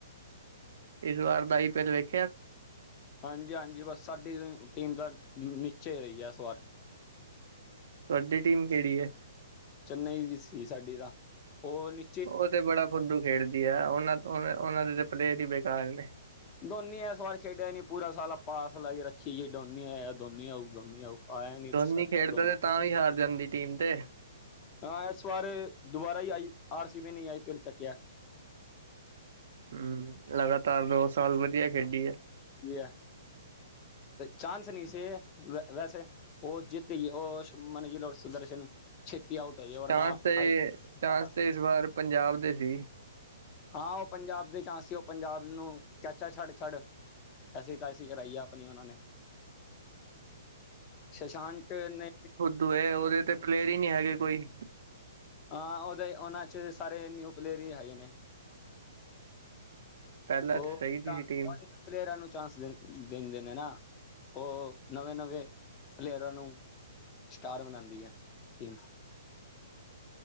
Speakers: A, on the right (about 65°); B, on the left (about 25°).
A: ਇਸ ਵਾਰ ਦਾ ਹੀ ਫਿਰ ਵੇਖ
B: ਹਾਂਜੀ -ਹਾਂਜੀ ਬਸ ਸਾਡੀ ਟੀਮ ਤਾਂ ਨਿਚੇ ਰਹੀ ਹੈ ਇਸ ਵਾਰ।
A: ਤੁਹਾਡੀ ਟੀਮ ਕਿਹੜੀ ਹੈ?
B: ਚੰਨਈ ਦੀ ਸੀ ਸਾਡੀ ਤਾਂ, ਉਹ ਨੀ
A: ਉਹ ਤੇ ਬੜਾ ਫੁਡੂ ਖੇਡਦੀ ਆ, ਉਹਨਾਂ ਉਹ ਉਹਨਾਂ ਦੇ ਤੇ ਪਲੇਅਰ ਹੀ ਬੇਕਾਰ ਨੇ।
B: ਦੋਨੀ ਇਸ ਵਾਰ ਖੇਡਿਆ ਨੀ, ਪੂਰਾ ਸਾਲਾ ਪਾਸ ਲ ਜੇ ਰੱਖੀ ਜੇ, ਦੋਨੀ ਆਇਆ ਦੋਨੀ ਆਊ- ਦੋਨੀ ਆਊ। ਆਇਆ ਨੀ
A: ਦੋਨੀ
B: ਸਾਡਾ
A: ਖੇਡਦਾ
B: ਧੋਨੀ
A: ਤੇ ਤਾਂ ਵੀ ਹਾਰ ਜਾਂਦੀ ਟੀਮ ਤੇ।
B: ਹਾਂ ਇਸ ਵਾਰ ਦੁਬਾਰਾ ਹੀ ਆਈ ਆਰ ਸੀ ਬੀ ਨੇ ਆਈ ਪੀ ਐਲ ਚੱਕਿਆ।
A: ਹਮ ਲਗਾਤਾਰ ਦੋ ਸਾਲ ਵਧੀਆ ਖੇਡੀ ਏ।
B: ਲਿਆ। ਚਾਂਸ ਨਹੀਂ ਸੀ। ਵੈਸੇ ਉਹ- <unintelligible> <unintelligible> ਓਹ ਜਿੱਤ ਉਹ ਮਨ ਗ ਲੋੋ ਸੁਦਰਸ਼ਸ਼ਨਨ ਛਟ ਆਊਟ ਹੋ ਜਾਓ ਵਰਨਾ
A: ਚਾਂਸ ਤੇ
B: ਆਈ ਪੀ ਕਹਿਣਾ
A: ਚਾਂਸ
B: ਸੀ।
A: ਤੇ ਇਸ ਵਾਰ ਪੰਜਾਬ ਦੇ ਸੀ
B: ਹਾਂ ਉਹ ਪੰਜਾਬ ਦੇ ਚਾਂ ਸੀ, ਉਹ ਪੰਜਾਬ ਨੂੰ ਚਾਚਾ ਛੱਡ ਛੱਡ। ਐਸੀੇ ਤਾਂ ਐਸੀ ਕਰਾਈ ਆ ਆਪਣੀ ਉਹਨਾਂ ਨੇ। ਸ਼ਸ਼ਾਂਕ ਨੇ
A: ਦੂਏ ਉਹਦੇ ਤੇ ਪਲੇਅਰ ਹੀ ਨਹੀਂ ਹੈਗੇ ਕੋਈ।
B: ਹਾਂ ਉਹਦੇ ਉਹਨਾਂ ਚ ਸਾਰੇ ਨਿਊ ਪਲੇਅਰ ਹੀ ਹੈਗੇ ਨੇ।
A: ਪਹਿਲਾਂ
B: ਉਹ
A: ਤਾਂ ਸਹੀ ਸੀ ਟੀਮ
B: ਪਲੇਅਰਾਂ ਨੂੰ ਚਾਂਸ ਦਿੰਦੇ ਨੇ ਨਾ। ਉਹ ਨਵੇਂ -ਨਵੇਂ ਪਲੇਅਰਾਂ ਨੂੰ ਸਟਾਰ ਬਨਾਉਂਦੀ ਹੈ ਟੀਮ।